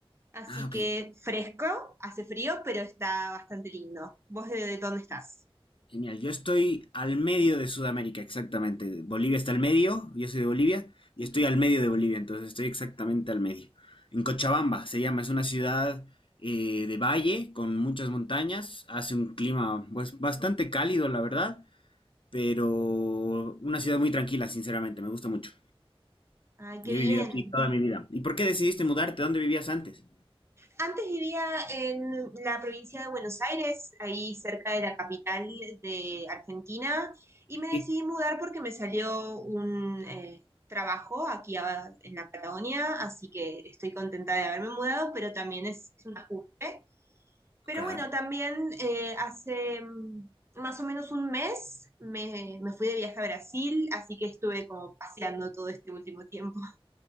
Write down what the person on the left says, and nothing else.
Ah, ok.
Genial. Yo estoy al medio de Sudamérica, exactamente. Bolivia está al medio, yo soy de Bolivia, y
estoy al medio de Bolivia, entonces estoy exactamente al medio. En Cochabamba se llama, es una ciudad eh, de valle con muchas montañas, hace un clima pues bastante cálido, la verdad, pero una ciudad muy tranquila, sinceramente, me gusta mucho.
Yo
he vivido aquí toda mi vida. ¿Y por qué decidiste mudarte? ¿Dónde vivías antes?
Sí,
Claro.